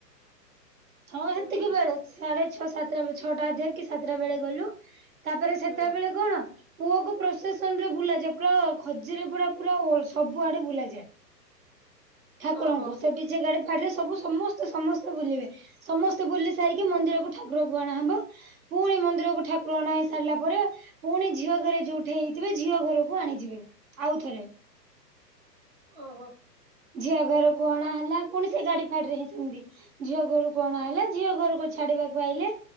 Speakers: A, on the right; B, on the right.
A: ହଁ
B: ହୁଁ
A: ସେତିକି
B: ହୁଁ
A: ବେଳେ। ସାଢେ ଛଅ ସାତଟା ବ ଛଅଟା ଅଧକି ସାତଟା ବେଳେ ଗଲୁ ତାପରେ ସେତେଟା
B: ହୁଁ
A: ବେଳେ କଣ? ପୁଅ କୁ ପ୍ରସେସନ ରେ ବୁଲା ଯାଏ ପୁରା ଖଜୁରୀ ପଡା ପୁରା ସବୁ ଆଡେ ବୁଲାଯାଏ। ଠାକୁରଙ୍କୁ
B: ଓହୋ
A: ସେ ଡିଜେ ଗାଡି ରେ ସବୁ ସମସ୍ତେ ସମସ୍ତେ ବୁଲିବେ ସମସ୍ତେ ବୁଲି ସାରିକି ମନ୍ଦିରକୁ ଠାକୁରକୁୁ ଆଣା ହବ। ପୁଣି ମନ୍ଦିରକୁ ଠାକୁର ଅଣ ହେଇ ସାରିଲା ପରେ ପୁଣି ଝିଅ ଘରେ ଯୋଉଠି ହେଇଥିବେ ଝିଅ ଘରକୁ ଆଣିଯିବେ ଆଉଥରେ।
B: ଓହୋ।
A: ଝିଅ ଘର ଅଣା ହେଲା ପୁଣି ସେ ଗାଡି ଫାଡିରେ ହିଁ ସେମିତି। ଝିଅ ଘରୁ ଅଣା ହେଲା ଝିଅ ଘରକୁ ଛାଡିବାକୁ ଆଇଲେ।